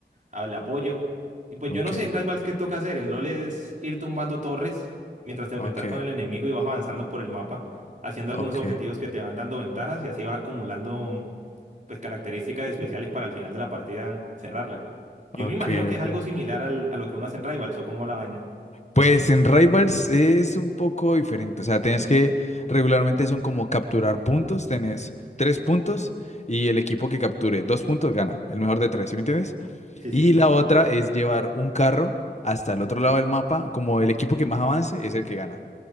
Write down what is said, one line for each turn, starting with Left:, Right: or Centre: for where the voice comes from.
Right: el apoyo. Y pues
Left: Ok,
Right: yo no sé en Rivals qué toca hacer. En LoL es ir tumbando torres mientras te enfrentas
Left: ok,
Right: con el enemigo y vas avanzando por el mapa, haciendo algunos
Left: ok,
Right: objetivos que te van dando ventajas y así vas acumulando pues características especiales para al final de la partida cerrarla.
Left: ok,
Right: Yo me imagino que es
Left: ok.
Right: algo similar al- a lo que uno hace en Rivals o como va la vaina.
Left: Pues en Rivals es un poco diferente, o sea, tienes que, regularmente son como capturar puntos, tenés tres puntos y el equipo que capture dos puntos gana, el mejor de tres, ¿sí me entiendes?
Right: Sí,
Left: Y
Right: sí, sí.
Left: la otra es llevar un carro hasta el otro lado del mapa, como el equipo que más avance es el que gana,